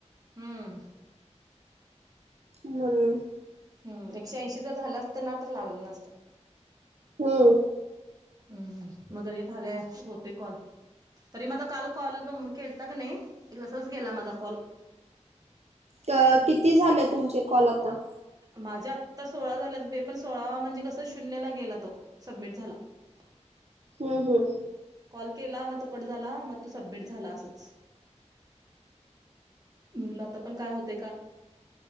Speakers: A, on the right (about 30°); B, on the right (about 65°).
A: हम्म
B: हम्
A: हम एकशे ऐंशी जर झालं असत ना, तर लागलं नसत.
B: हम्म!
A: हम् हम मदरयाधार्या होते कॉल <unintelligible> तरी माझा काल कॉल तु केलता का नाही एक तसच गेला माझा कॉल,
B: अ किती झालं तुमचे कॉल आता?
A: माझ्या आत्ता सोळा झाल्या बे पण सोळावा म्हणजे कस शून्यला गेला तो सबमिट झाला. <unintelligible>
B: हम् हम!
A: कॉल केला मग तो कट झाला, मग तो सबमिट झाला असच- म्हटलं आता पण काय होत